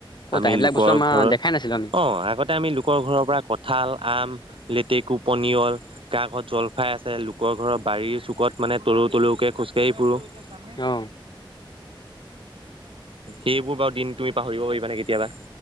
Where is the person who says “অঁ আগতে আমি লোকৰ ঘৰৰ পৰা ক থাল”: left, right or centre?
Right